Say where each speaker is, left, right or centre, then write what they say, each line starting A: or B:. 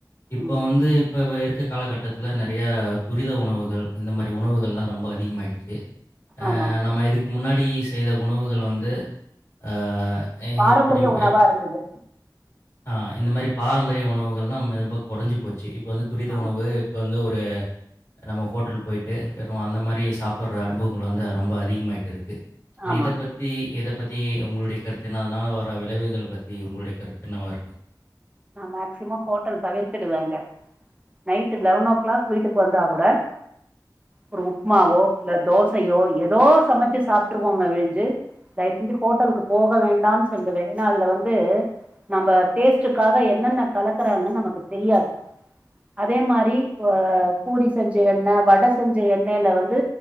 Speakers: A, on the left; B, on the right.
A: இப்ப
B: ம்
A: வந்து இப்போ இருக்கற காலகட்டத்துல நறையா துரித உணவுகள் இந்த மாரி உணவுகள்லா ரொம்ப அதிகமாயிடுச்சு சு அ
B: ஆமா
A: நம்ம இதுக்கு முன்னா டி செய்த உணவுகள் வந்து அ
B: பாரம்பரிய
A: எப்படி
B: உணவா
A: எப்
B: இருந்தது
A: அ இந்த மாரி பாரம்பரிய உணவுகள் எல்லா இப்போ குறைஞ்சு போச்சு வந்து துரித
B: ஆமா
A: உணவு இப்ப வந்து ஒரு <unintelligible> நம்ம ஹோட்டல் போய்ட்டு வெறும் அந்த மாரி சாப்புர்ற அனுபவங்கள் வந்து ரொம்ப அதிகமாகிட்டுருக்கு
B: ஆமா
A: இத பத்தி ஏத பத்தி உங்களுடைய கருத்து என்ன அதனால வர விளைவுகளை பத்தி உங்களுடைய கருத்து என்னவா இருக்கு
B: நா மேக்சிமம் ஹோட்டல் தவிர்த்துடுவேங்க நைட் லெவன் ஓ கிளாக் வீட்டுக்கு வந்தா கூட ஒரு உப்புமாவோ இல்ல தோசையோ ஏதோ சமைச்சு சாப்ட்டுருவோமோ விழிஞ்சு தயவு செஞ்சு ஹோட்டலுக்கு போக வேண்டான்னு சொல்லுவே ஏன்னா அதுல வந்து நம்ம டேஸ்ட் க்காக என்னென்ன கலக்கறாங்கன்னு நமக்கு தெரியாது அதே மாரி பூரி செஞ்ச எண்ணெய் வடை செஞ்ச எண்ணெயில வந்து